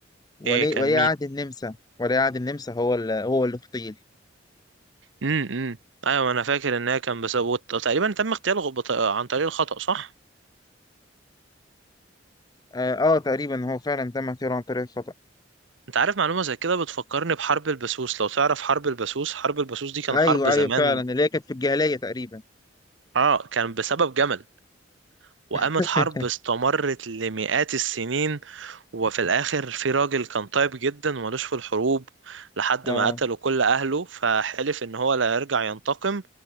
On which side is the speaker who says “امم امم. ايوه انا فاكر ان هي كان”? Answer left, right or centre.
Right